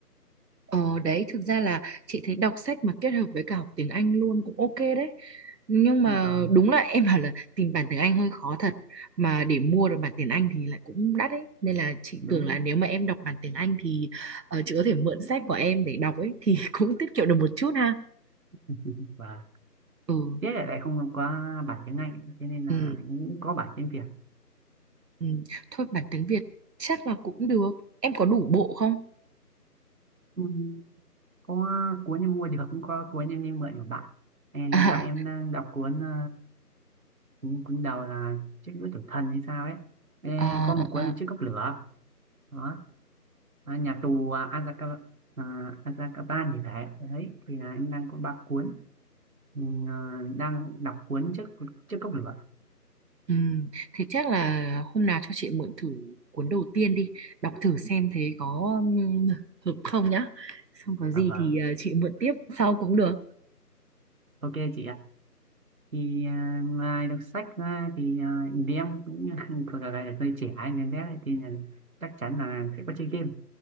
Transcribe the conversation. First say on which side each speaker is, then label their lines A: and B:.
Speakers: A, on the right; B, on the right.
A: ờ đấy thực ra là chị thấy đọc sách mà kết hợp với cả học tiếng Anh luôn cũng ok đấy. Nhưng mà
B: À, vâng
A: đúng là em bảo là tìm bản tiếng Anh hơi khó thật. Mà để mua được bản tiếng Anh thì lại cũng đắt ấy. Nên là chị
B: đúng
A: tưởng là nếu mà em đọc bản tiếng Anh thì ờ, chị có thể mượn sách của em để đọc ấy thì <laughs> cũng tiết kiệm được một chút ha.
B: <laughs> và
A: Ừ,
B: tiếc là lại không có bản tiếng Anh thế nên là
A: ừ,
B: cũng có bản tiếng Việt
A: ừ. Thôi bản tiếng Việt chắc là cũng được. Em có đủ bộ không?
B: ừ. có cuốn em mua được cũng có cuốn em đi mượn của bạn à, hiện
A: <laughs>
B: tại em đang đọc cuốn ờ, cuốn cuốn đầu là chiếc đũa tử thần hay sao ấy Ê,
A: À,
B: có một cuốn
A: à,
B: là chiếc cốc lửa đó à, nhà tù à, Azkaban à, Azkaban thì phải đấy thì là em đang có ba cuốn Mình, ờ, đang đọc cuốn chiếc chiếc cốc lửa
A: Ừ, thế chắc là hôm nào cho chị mượn thử cuốn đầu tiên đi đọc thử xem thế có ừm, hợp không nhá xong có gì
B: à vâng
A: thì ờ, chị mượn tiếp sau cũng được
B: ok chị ạ thì à, ngoài đọc sách ra thì à, vì em cũng <laughs> thuộc là gọi là hơi trẻ nên thế thì là chắc chắn là sẽ có chơi game